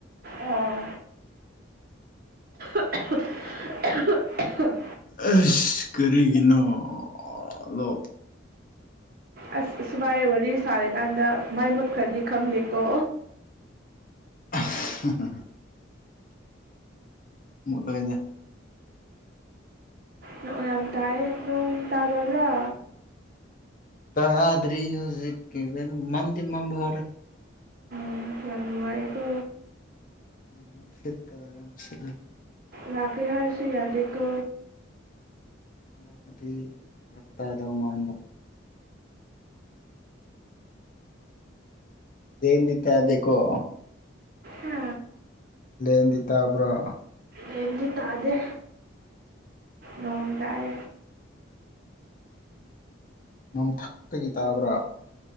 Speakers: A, on the right; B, on the left.
A: ꯑꯣ <unintelligible>
B: ꯑꯁ ꯀꯔꯤꯒꯤꯅꯣ ꯑ ꯂꯣ
A: ꯑꯁ ꯑꯁꯨꯃꯥꯏ ꯋꯥꯔꯤ ꯁꯔꯦ ꯀꯥꯟꯗ ꯃꯩ ꯃꯨꯠꯈ꯭ꯔꯗꯤ ꯈꯪꯗꯦꯀꯣ
B: ꯍꯥꯍꯥ ꯃꯨꯠꯂꯣꯏꯗ
A: ꯅꯣꯡ ꯌꯥꯝ ꯇꯥꯏ ꯅꯣꯡ ꯇꯥꯗꯕꯔꯥ
B: ꯇꯥꯗꯔꯤ ꯍꯧꯖꯤꯛ ꯀꯤꯗꯤ ꯃꯥꯝꯗꯤ ꯃꯝꯕꯥ ꯍꯧꯔꯦ
A: ꯌꯥꯝ ꯅꯨꯡꯉꯥꯏꯀꯣ
B: ꯎꯝ ꯅꯨꯡꯁꯤꯠ ꯀꯥ ꯌꯥꯝ ꯁꯤꯠꯂꯤ
A: ꯂꯥꯛꯀꯦ ꯍꯥꯏꯔꯁꯨ ꯌꯗꯦꯀꯣ
B: ꯂꯥꯛ ꯑꯗꯤ ꯐꯔꯛ ꯇꯥꯗꯧ ꯃꯥꯟꯕ ꯂꯦꯟ ꯗꯤ ꯇꯥꯗꯦꯀꯣ
A: ꯍꯥ
B: ꯂꯦꯟ ꯗꯤ ꯇꯕꯔꯥ
A: ꯂꯦꯟ ꯗꯤ ꯇꯥꯗꯦ ꯅꯣꯡ ꯇꯥꯏ
B: ꯅꯣꯡꯊꯛꯇꯒꯤ ꯇꯥꯕꯔ꯭